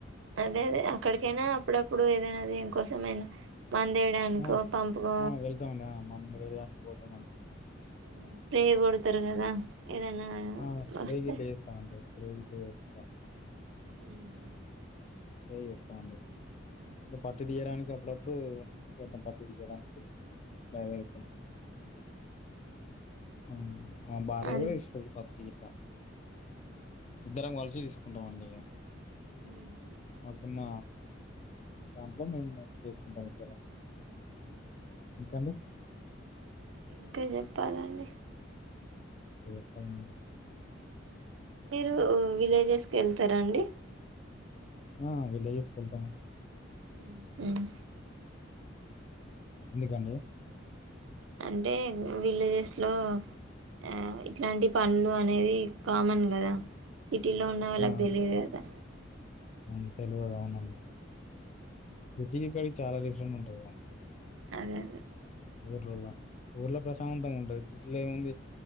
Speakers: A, on the right; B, on the left.
A: అదే అదే అక్కడికైనా అప్పుడప్పుడు ఏదైనా దేనికోసం అయినా మందు వేయడానికో
B: ఆ!
A: పంపుకో
B: ఆ వెళ్తామండి మందు వేయడానికి పోతామండి
A: హ్మ్ స్ప్రే కొడతారు కదా ఏదైనా
B: ఆ స్ప్రే
A: వస్తే
B: గిట్ల వేస్తాం అండి స్ప్రే గిట్ల వేస్త
A: ఉమ్
B: స్ప్రే చేస్తామండి ఇంకా పత్తి తీయడానికి అప్పుడప్ ఇప్పుడు మోత్తం పత్తి తీయడానికి తయారువుతూనం హా నా భార్య
A: అంతే
B: కూడా తీస్తాది పత్తి గిట్ల ఇద్దరం కలిసి తీసుకుంటామండి ఇక
A: హ్మ్
B: మాకున్న దాంట్లో మేము చేసుకుంటాం ఇద్దరం ఇంకండి
A: ఇంకా చెప్పాలండి
B: మీర్ చెప్పండి
A: మీరు విలేజెస్కి వెళ్తారా అండి
B: ఆ విలేజెస్ కి వెళ్తాం అండి
A: హ్మ్ హ్మ
B: ఎందుకండి
A: అంటే విలేజెస్ లో ఆ ఇట్లాంటి పనులు అనేది కామన్ కదా సిటీలో ఉన్న వాళ్ళకి
B: ఆ!
A: తెలియదు కదా
B: అవును తెల్వదా అవనుఅండి సిటీకి ఇక్కడికి చాలా డిఫరెంట్ ఉంటది కాదండీ
A: అదే అదే
B: ఊర్లలో ఊర్లో ప్రశాంతంగా ఉంటాది సిటీ లో ఏముంది